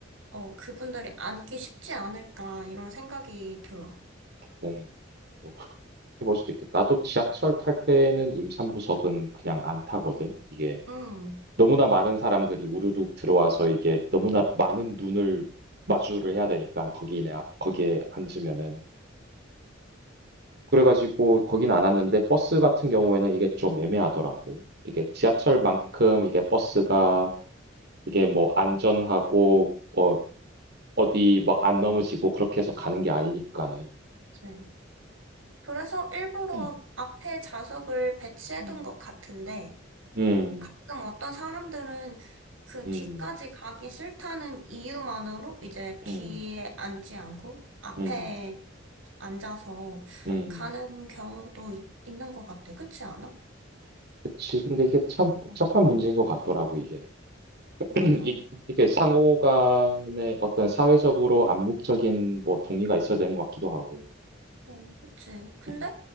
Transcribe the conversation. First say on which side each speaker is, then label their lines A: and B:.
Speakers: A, on the right; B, on the right.
A: 어, 그분들이 앉기 쉽지 않을까 이런 생각이 들어.
B: 음. 뭐 그렇게 볼 수도 있겠다. 나도 지하철 탈 때는 임산부석은 그냥 안 타거든. 이게
A: 음,
B: 너무나 많은 사람들이 우르르 들어와서 이게 너무나 많은 눈을 마주를 해야 되니까 거기에 거기에 앉으면은 그래가지고 거긴 안 왔는데 버스 같은 경우에는 이게 좀 애매하더라고. 이게 지하철만큼 이게 버스가 이게 뭐 안전하고 뭐 어디 막 안 넘어지고 그렇게 해서 가는 게 아니니까는.
A: 네. 그래서 일부러
B: 음,
A: 앞에 좌석을 배치해둔
B: 음.
A: 것 같은데,
B: 음,
A: 가끔 어떤 사람들은 그
B: 음,
A: 뒤까지 가기 싫다는 이유만으로 이제 뒤에
B: 음,
A: 앉지 않고 앞에
B: 음,
A: 앉아서
B: 음.
A: 가는 경우도 있, 는것 같아. 그렇지 않아?
B: 그치. 근데 이게 참 복잡한
A: 음.
B: 문제인 것 같더라고, 이게. <clears throat>
A: 맞아.
B: 이, 이게 상호 간의 어떤 사회적으로 암묵적인 뭐 동의가 있어야 되는 것 같기도 하고.
A: 어, 그치. 근데
B: 음,